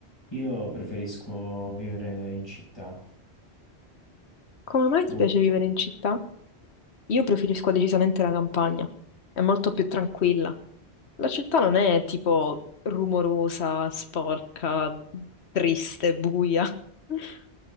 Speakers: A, on the left; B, on the left.
A: Io preferisco vivere in città.
B: Come mai
A: Tu,
B: ti piace vivere in città? Io preferisco decisamente la campagna, è molto più tranquilla. La città non è tipo rumorosa, sporca, triste, buia, <laughs>